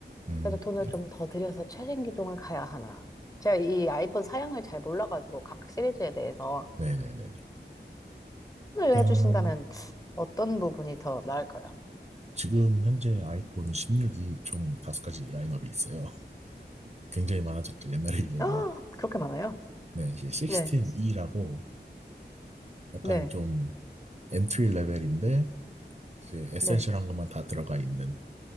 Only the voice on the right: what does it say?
음,
네네.
네네네네.
일단
지금 현재 아이폰 16이 총 다섯 가지 라인업이 있어요. <laughs> 굉장히 많아졌죠, 옛날에 비해서.
네, 이제 16E라고
약간
좀 엔트리 레벨인데 이제 에센셜한
것만 다 들어가 있는